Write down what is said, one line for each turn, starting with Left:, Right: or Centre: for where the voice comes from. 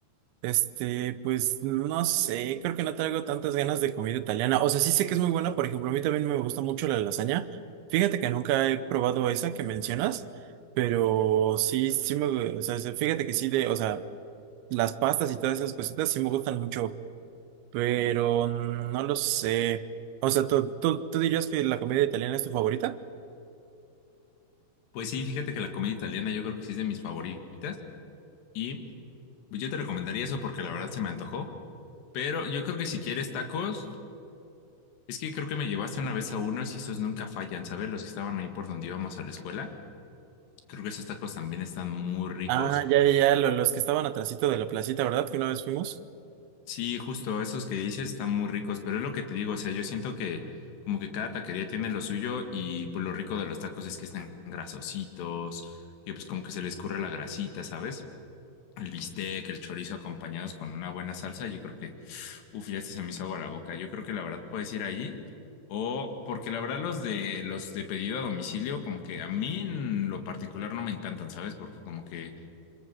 Right: Este, pues no sé, creo que no traigo tantas ganas de comida italiana. O sea, sí sé que es muy buena, por ejemplo, a mí también me gusta mucho la lasaña. Fíjate que nunca he probado esa que mencionas, pero sí, sí me, o sea, sí, fíjate que sí de, o sea, las pastas y todas esas cositas sí me gustan mucho, pero no lo sé. O sea, ¿tú, tú, tú dirías que la comida italiana es tu favorita?
Left: Pues sí, fíjate que la comedia italiana yo creo que sí es de mis favoritas. Y pues yo te recomendaría eso porque la verdad se me antojó. Pero yo creo que si quieres tacos, es que creo que me llevaste una vez a unos y esos nunca fallan, ¿sabes? Los que estaban ahí por donde íbamos a la escuela. Creo que esos tacos también están muy ricos.
Right: Ah, ya, ya, ya, lo- los que estaban atrasito de la placita, ¿verdad? Que una vez fuimos.
Left: Sí, justo, esos que dices están muy ricos, pero es lo que te digo, o sea, yo siento que como que cada taquería tiene lo suyo y pues lo rico de los tacos es que están grasositos, que pues como que se les escurre la grasita, ¿sabes? El bistec, el chorizo acompañados con una buena salsa, yo creo que, uf, ya hasta se me hizo agua la boca, yo creo que la verdad puedes ir ahí o porque la verdad los de los de pedido a domicilio como que a mí en lo particular no me encantan, ¿sabes? Porque como que